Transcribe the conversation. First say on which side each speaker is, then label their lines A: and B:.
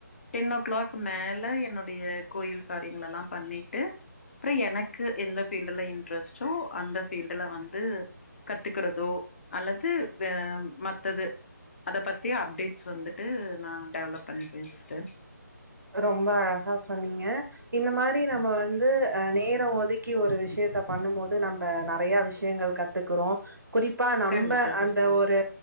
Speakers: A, on the left; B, on the right.
A: டென் ஓ கிளாக் மேல என்னுடைய கோயில் காரியங்கள் எல்லா பண்ணிட்டு அப்றோ எனக்கு எந்த ஃபீல்டுல இன் இன்டிரஸ்டு அந்த ஃபீல்டுல வந்து கத்துக்குறதோ அல்லது மத்தது அத பத்தி அப்டேட்ஸ் வந்துட்டு நா டெவலப் பண்ணிபே சிஸ்டர்
B: ரொம்ப அழகா சொன்னீங்க இந்த மாரி நம்ம வந்து அ நேரோ ஒதுக்கி ஒரு விஷ்யத்த பண்ணும் போது நம்ப நெறைய விஷ்யங்கள் கத்துக்குறோ குறிப்பா நம்ப
A: கண்டிப்பா
B: அந்த
A: சிஸ்டர்
B: ஒரு